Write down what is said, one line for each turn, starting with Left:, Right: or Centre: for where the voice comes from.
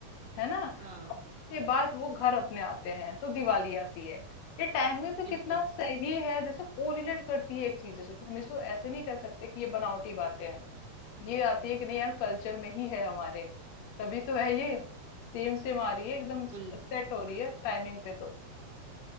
Left: है ना
Right: हाँ
Left: और उसके बाद वो घर अपने आते हैं तो दिवाली आती है ये टाइमिंग भी कितना
Right: बिल्कुल
Left: सही है जैसे कोरिलेट करती है एक चीज से तो हम इसको ऐसे नहीं कह सकते कि ये बनावटी बातें हैं ये आती है कि नहीं यार कल्चर में ही है हमारे तभी तो है ये सेम सेम आ रही है एकदम
Right: बिल्कुल
Left: सेट हो रही है टाइमिंग पे तो